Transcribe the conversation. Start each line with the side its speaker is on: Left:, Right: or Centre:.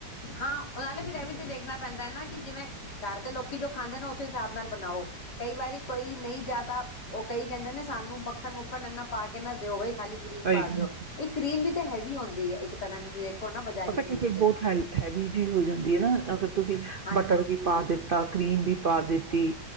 Left: ਹਾਂ ਉਹੇ ਫਿਰ ਇਹ ਵੀ ਤਾਂ ਵੇਖਣਾ ਪੈਂਦਾ ਹੈ ਨਾ ਕਿ ਜਿਵੇਂ ਘਰ ਦੇ ਲੋਕੀ ਜੋ ਖਾਂਦੇ ਨੇ ਉਸੇ ਹਿਸਾਬ ਨਾਲ ਬਣਾਓ ਕਈ ਵਾਰੀ ਕੋਈ ਨਹੀਂ ਜ਼ਿਆਦਾ ਉਹ ਕਈ ਕਹਿੰਦੇ ਨੇ ਸਾਨੂੰ ਮੱਖਣ ਮੁੱਖਣ ਇੰਨਾ ਪਾ ਕੇ ਨਾ ਦਿਓ ਬਈ ਖਾਲੀ ਕਰੀਮ
Right: ਸਹੀ
Left: ਪਾ
Right: ਗੱਲ
Left: ਦਿਓ
Right: ਆ।
Left: ਇਹ ਕਰੀਮ ਵੀ ਹੈਵੀ ਆਉਂਦੀ ਹੈ ਇੱਕ ਨਾ ਤੁਸੀਂ ਦੇਖੋ ਨਾ ਬਜ਼ਾਰੀ
Right: ਪਤਾ
Left: ਕਰੀਮ
Right: ਕਿ ਫਿਰ
Left: ਤੇ
Right: ਬਹੁਤ ਹੈ ਹੈਵੀ ਹੋ ਜਾਂਦੀ ਹੈ ਨਾ ਅਗਰ ਤੁਸੀਂ
Left: ਹਾਂਜੀ
Right: ਬਟਰ ਵੀ ਪਾ ਦਿੱਤਾ ਕਰੀਮ ਵੀ ਪਾ ਦਿੱਤੀ